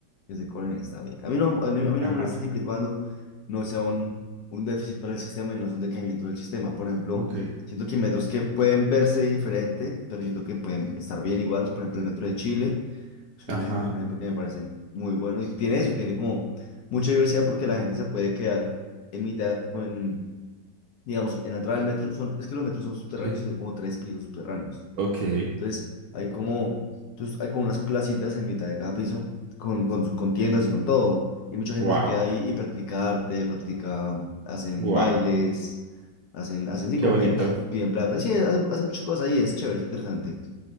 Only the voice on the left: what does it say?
que se cobren, está bien. A mí no, a mí, a mí no
me molesta siempre y cuando no sea un, un déficit para el sistema y no es un decaimiento del sistema. Por ejemplo,
siento que hay metros que pueden verse diferente, pero siento que pueden estar bien igual. Por ejemplo, el metro de Chile. Es
una, es un ejemplo que me parece muy bueno y tiene eso, tiene como mucha diversidad porque
la gente se puede quedar en mitad, con, digamos, en la entrada del metro, son, es que los metros son subterráneos
y son como tres pisos subterráneos.
Entonces hay como, entonces hay como unas placitas en mitad de cada piso con, con, su- con tiendas
y con todo. Y mucha gente
se queda ahí y practica arte, practica, hacen
bailes, hacen, hacen sí,
como
que ah, piden plata. Sí, hacen, hacen muchas cosas ahí, es chévere, es interesante.